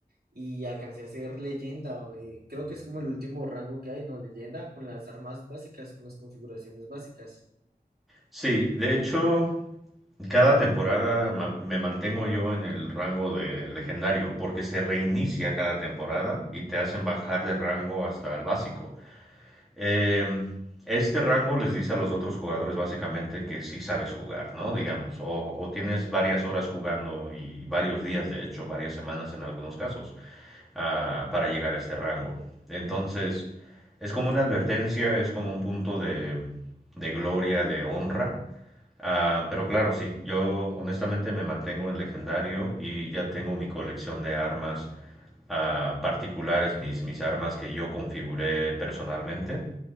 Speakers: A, on the right; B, in the centre.
A: y alcancé a ser leyenda. o, eh, creo que es como el último rango que hay, ¿no? Leyenda con las armas básicas, con las configuraciones básicas.
B: Sí, de hecho, cada temporada ma- me mantengo yo en el rango de legendario, porque se reinicia cada temporada y te hacen bajar de rango hasta el básico. Eh, este rango les dice a los otros jugadores básicamente que sí sabes jugar, ¿no? Digamos, o, o tienes varias horas jugando y varios días, de hecho, varias semanas en algunos casos, ah, para llegar a este rango. Entonces, es como una advertencia, es como un punto de de gloria, de honra Ah, pero claro, sí, yo honestamente me mantengo en legendario y ya tengo mi colección de armas ah, particulares, mis, mis armas que yo configuré personalmente